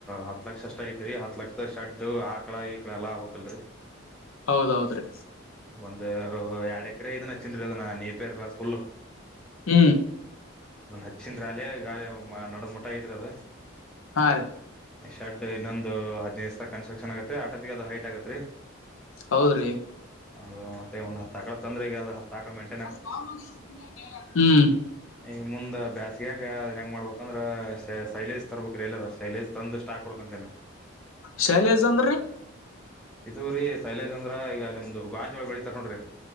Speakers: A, in the centre; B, on the left (about 85°).
A: ಹತ್ ಲಕ್ಷ ಅಷ್ಟ ಐತಿರಿ ಹತ್ ಲಕ್ಷದ ಶಡ್ ಹಾಕ್ ಕಳಾಯ ಈ ಕಳ ಎಲ್ಲ ಹಕ್ಕಲ್ರಿ
B: ಹೌದೌದ್ರೀ
A: ಒಂದು ಎರಡ್ ಎಕರೆ ಇದನ್ ಹಚ್ಚನ್ ಅದ ನೀಪೇರ್ ಫುಲ್
B: ಹ್ಮ್
A: ಅದ ಹಚ್ಚಿದ್ರ ಅಾಲೇ ಗಾಾಲಿ ನಡದ್ ಮಟ್ಟ ಐತ್ರಿ ಅದು
B: ಹಾ ರೀ
A: ಶೆಡ್ ಇನ್ನೊಂದು ಹದ್ದು ದ್ಸ ಕನ್ಸ್ಟ್ರಕ್ಷನ್ ಆಗತ್ರಿ ಆಟದ ಅದದು ಹೈಟ್ ಆಗತ್ರಿ
B: ಹೌದ್ರಿ
A: ಅದು ಮತ್ತೆ ಒಂದ ಹೂತು ಅಕಾಲ ತಂದ್ರ ಈಗ ಅದು ಹೂತು ಅಕಾಲ ಮೆಟ
B: <unintelligible> ಹ್ಮ್
A: ಈಗ ಮುಂದೆ ಬ್ಯಾಸಗಕ ಅದನ್ ಹೆಂಗ ಮಾಡ್ಬೇಕಂದ್ರೆ ಸೈಲೇಶ್ ತರ್ಬೇಕ್ರೀ ಎಲ್ಲ ರ ಸೈಲಜ್ ತಂದು ಸ್ಟಾಕ್ ಕೊಡ್ಕೊಂತೇನ್
B: ಶೈಲೇಶ್ ಅಂದ್ರಿ
A: ಇದು ರೀ ಸೈಲಜ್ ಅಂದ್ರ ಈಗ ನಿಮ್ದು ಗಾಂಜೋಳ ಬೆಳಿತತಾರ ನೋಡ್ರಿ